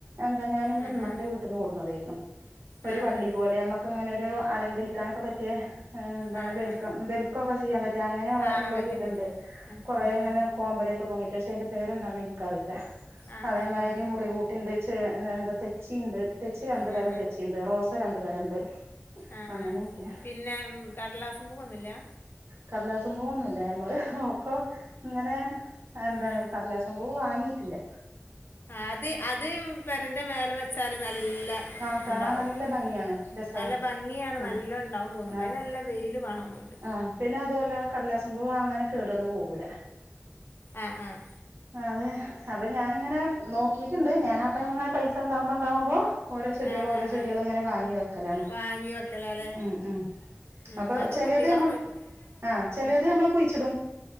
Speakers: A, on the right; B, on the left.
A: എന്താ ഞാൻ ഇന്റെമ്മാന്റെ
B: ആ ആ
A: വീട്ട്ന്ന് കൊട്ന്നതേയ്നു. ഒരു
B: ആ
A: വള്ളി
B: ആ
A: പോലെ നമ്മക്കങ്ങനൊരു അലങ്കരിക്കാനൊക്കെ പറ്റിയ എന്താണ്
B: ആ
A: വെൽക്കം
B: ആ
A: വെൽക്കൊക്കെ ചെയ്യാൻ പറ്റിയ അങ്ങനെ
B: ആ
A: ഉള്ളരിതൊ
B: ആ വെൽക്കം ചെയ്ത്
A: ണ്ട്
B: ആ ആ
A: കൊറെ ഇങ്ങനെ
B: ആ
A: കോമ്പല ഒക്കെ തൂങ്ങീട്ട് പക്ഷെ അയിന്റെ പേരെന്താ ന്ന് എനിക്ക് അ അറിയില്ല
B: ആ
A: കളയ
B: ആ
A: അയില്
B: ആ ആ
A: മുറികൂട്ടിണ്ട് ചെ എന്താ തെച്ചിണ്ട് തെച്ചി രണ്ട്
B: ഉം
A: തരം തെച്ചിണ്ട് റോസ രണ്ട് തരണ്ട്
B: ആഹ്
A: അങ്ങനെയൊക്കെ
B: ആഹ് പിന്നെ കടലാസുംപൂ ഒന്നുംഇല്ലാ
A: കടലാസും പൂവൊന്നുല്ല ഞമ്മള് നോക്കാം ഇങ്ങനെ എന്താണ്
B: ആ
A: കടലാസും പൂവാ വാങ്ങിട്ടില്ല.
B: അത് അത് പെരന്റെ മേല വെച്ചാല് നല്ലണ്ടാവും.
A: ആഹ് കാണാൻ നല്ല ഭംഗിയാണ് രസാണ്
B: നല്ല ഭംഗിയാണ്
A: ആഹ്
B: നല്ലേണ്ടാവും തോന്നുന്ന്ണ്ട്
A: ആഹ്
B: അയ്ന് നല്ല വെയില് വേണംന്ന്ണ്ട്
A: ആഹ് പിന്നെ അതുവല്ല കടലാസുംപൂ അങ്ങനെ കേട് വന്ന് പോകൂല
B: ആഹ് ആഹ്
A: ആണ് അപ്പ ഞാനങ്ങനെ നോക്കിറ്റ്ണ്ട് ഞാൻ അപ്പങ്ങനെ പൈസണ്ടാവ്മ്പോ ഇണ്ടാവ്മ്പോ ഓരോചെടികള്
B: ആ ആ
A: ഓരോചെടികളിങ്ങ
B: ആ ആ
A: ങ്ങനെ വാങ്ങി വെക്കലാണ്
B: വാങ്ങി വെക്കലാല്ലേ
A: ഉം ഉം
B: ഉം
A: അപ്പൊ
B: അത്
A: ചെലത്
B: കുട്ടികളെ
A: ഞമ്മ
B: വെക്കും
A: ആഹ് ചെലേത്
B: ഉം
A: ഞമ്മള് കുയ്ച്ചിടും.